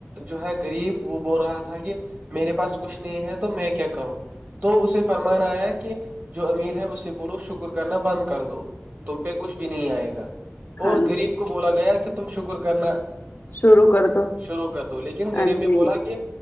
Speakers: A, on the right (about 35°); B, on the left (about 50°).
A: جو ہے غریب وہ بول رہا تھا کہ میرے پاس کچھ نہیں ہے تو میں کیا کروں تو اسے فرمان آیا کہ جو امیر ہے اس سے بولو شکر کرنا بند کر دو تم پہ کچھ بھی نہیں آئے گا اور
B: ہاں
A: غریب
B: جی
A: کو بولا گیا کہ تم شکر کرنا
B: شروع کر دو
A: شروع کر دو لیکن
B: ہاں
A: غریب نے
B: جی
A: بولا کہ